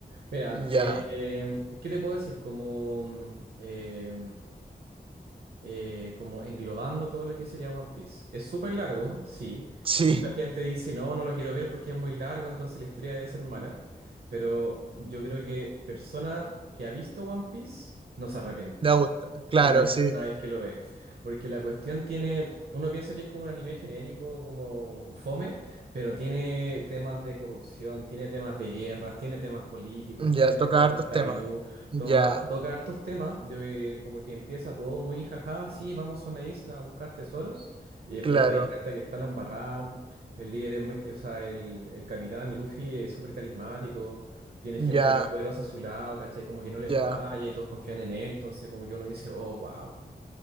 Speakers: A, on the right; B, on the right.
A: Mira,
B: ya,
A: eh, eh, ¿qué te puedo decir? Como mm, eh, eh, como englobando todo lo que sería One Piece. Es súper largo, sí.
B: sí,
A: Mucha gente dice, no, no lo quiero ver porque es muy largo, entonces la historia debe ser mala. Pero yo creo que persona que ha visto One Piece no se arrepiente
B: me gusta, claro,
A: una vez,
B: sí,
A: una vez que lo ve. Porque la cuestión tiene, uno piensa que es como un anime genérico, como fome, pero tiene temas de corrupción, tiene temas de guerras, tiene temas políticos,
B: ya,
A: tiene temas
B: toca hartos
A: de esclavitud,
B: temas, ya,
A: toma, toca hartos temas de como que empieza todo muy jajá, sí, vamos a una isla a buscar tesoros, y después
B: claro,
A: te das cuenta que está la embarrada, el líder es muy, o sea, el, el capitán Luffy es súper carismático tiene gente
B: ya,
A: muy poderosa a su lado, ¿cachai? Como que no les
B: ya,
A: falla y todos confían en él, entonces como que uno dice, oh, wow.